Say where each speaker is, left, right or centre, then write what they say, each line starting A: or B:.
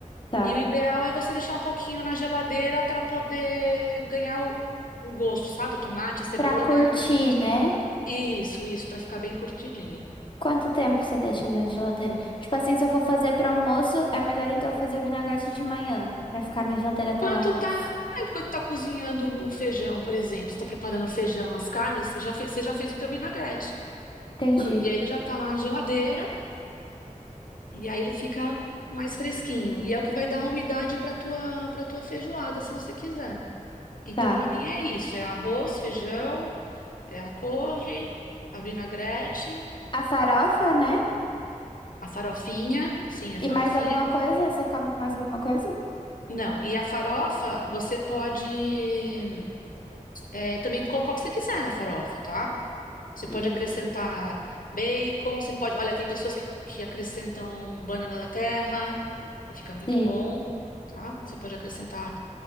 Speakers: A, on the left (about 35°); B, on the left (about 85°).
A: tá.
B: E o ideal é você deixar um pouquinho na geladeira para poder ganhar o, o gosto, sabe? O tomate, a cebola
A: Pra curtir,
B: ganhar aquele gosto.
A: né?
B: Isso, isso, para ficar bem curtidinho.
A: Quanto tempo você deixa na geladeira? Tipo assim, se eu for fazer pro almoço, é melhor então eu fazer vinagrete de manhã, pra ficar na geladeira até
B: Enquanto
A: o almoço.
B: tá, ah, enquanto tá cozinhando o feijão, por exemplo, você tá preparando o feijão, as carnes, já fe- você já fez o teu vinagrete.
A: Entendi.
B: <laughs> <clears throat> E aí ele já tá lá na geladeira. E aí ele fica mais fresquinho. E é o que vai dar a umidade para tua para tua feijoada, se você quiser. Então,
A: Tá.
B: para mim é isso, é arroz, feijão, é a couve, a vinagrete,
A: A farofa, né?
B: a farofinha, sim, a
A: E
B: farofinha.
A: mais alguma coisa? Você come com mais alguma coisa?
B: Não, e a farofa você pode é, também colocar o que você quiser na farofa, tá? Você pode
A: Hum,
B: acrescentar bacon, você pode, olha, tem pessoas que, que acrescentam banana da terra, que fica muito
A: sim.
B: bom, tá? Você pode acrescentar